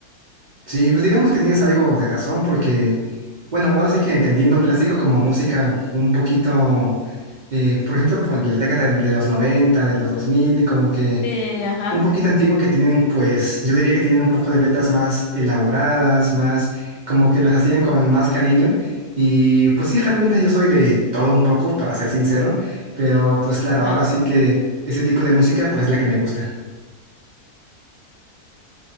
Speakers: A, on the right (about 80°); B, on the left (about 85°).
A: Sí, pues digamos que tienes algo de razón porque, bueno, ahora sí que entendiendo clásico como música un poquito, eh, por ejemplo, por la década de los 90, de los 2000, como que
B: Sí, ajá,
A: un poquito antigua que tienen, pues yo diría que tienen un poco de letras más elaboradas, más como que las hacían con más cariño. Y pues sí, realmente yo soy de todo un poco, para ser sincero, pero pues claro,
B: ajá.
A: ahora sí que ese tipo de música pues es la que me gusta.